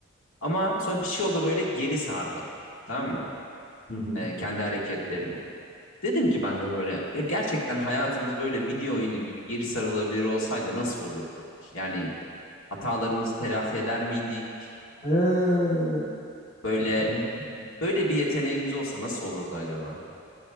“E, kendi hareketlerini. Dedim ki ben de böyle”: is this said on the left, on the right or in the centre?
Left